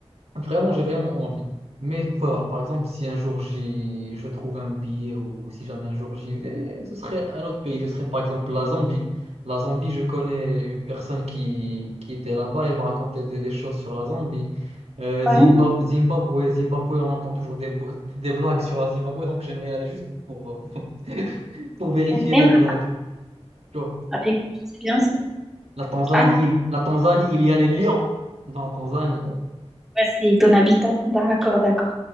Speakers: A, on the right; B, in the centre.
A: Vraiment, j'ai vraiment envie. Mais faut voir. par exemple, si un jour j'y- je trouve un billet ou si jamais un jour j'y vais, ce serait un autre pays. Ce serait par exemple la Zambie. La Zambie, je connais une personne qui, qui était là-bas. Elle m'a raconté des, des choses sur la Zambie. Euh,
B: ouais.
A: Zimba- Zimbabwe, Zimbabwe, on entend toujours des, bo- des blagues sur la Zimbabwe. Donc j'aimerais aller juste pour, euh, <laughs> pour vérifier
B: Même
A: les blagues. Tu vois.
B: avec, c'est bien ça.
A: La Tanzanie,
B: Attends,
A: il, la Tanzanie, il y a les lions dans la Tanzanie,
B: ouais, c'est ton habitant. D'accord, d'accord.